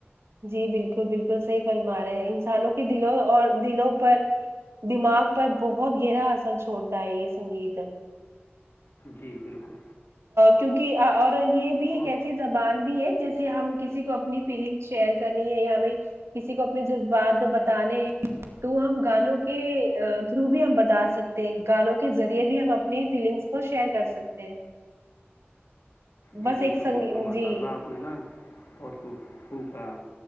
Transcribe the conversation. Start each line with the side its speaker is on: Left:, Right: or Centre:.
Right: جی بالکل بالکل صحیح فرما رہے ہیں انسانوں کے دلوں اور دلوں پر دماغ پر بہت گہرا اثر چھوڑتا ہے یہ سنگیت
Left: جی بالکل
Right: کیونکہ اور یہ بھی ایک
Left: او
Right: ایسی زبان بھی ہے جیسے ہم کسی کو اپنی فیلنگ شیئر کرنی ہے یا ہمیں کسی کو اپنے جذبات بتانے ہیں تو ہم گانوں کے تھرو بھی ہم بتا سکتے گانوں کے ذریعے بھی ہم اپنی فیلنگس کو شیئر کر سکتے ہیں
Left: جی
Right: بس
Left: بالکل
Right: ایک سنگ
Left: بالکل ماشاء
Right: جی
Left: اللہ آپ نے نا بہت خوب خوب کہا